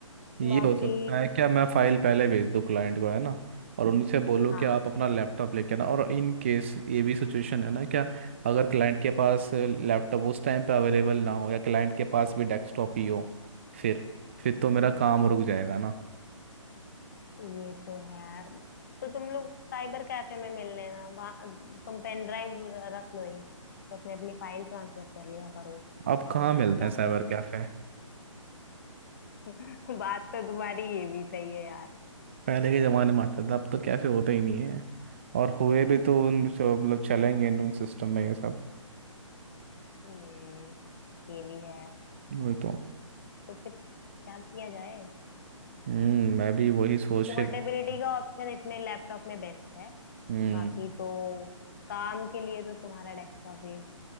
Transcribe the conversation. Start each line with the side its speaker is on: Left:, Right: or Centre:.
Right: ये
Left: बाकी
Right: हो सकता है क्या मैं फाइल पहले भेज दूँ क्लाइंट को है ना और उनसे बोलूँ
Left: हाँ
Right: कि आप अपना लैपटॉप लेके आना और इन केस ये भी सिचुएशन है ना क्या अगर क्लाइंट के पास लैपटॉप उस टाइम पे अवेलेबल ना हो या क्लाइंट के पास भी डेस्कटॉप ही हो फिर फिर
Left: हम्म
Right: तो मेरा काम रुक जाएगा ना
Left: ये तो है तो तुम लोग साइबर कैफे में मिल लेना वहाँ तुम पेन ड्राइव रख लो एक तो उसमें अपनी फाइल ट्रांसफर कर लिया करो
Right: अब
Left: और
Right: कहाँ मिलते
Left: कैफे
Right: हैं साइबर
Left: में
Right: कैफे
Left: मिल <laughs> बात तो तुम्हारी ये भी सही है यार
Right: पहले के ज़माने में आता था अब तो कैफे होते ही नहीं है और हुए भी तो उन
Left: हम्म
Right: जो मतलब चलेंगे उन सिस्टम में ये सब
Left: हम्म, ये भी है
Right: वही तो
Left: तो फिर क्या किया जाए
Right: हम्म मैं भी वही सोच
Left: पोर्टेबिलिटी
Right: के करता था।
Left: का ऑप्शन इसमें लैपटॉप में बेस्ट है
Right: हम्म
Left: बाकी तो काम के लिए तो तुम्हारा डेस्कटॉप ही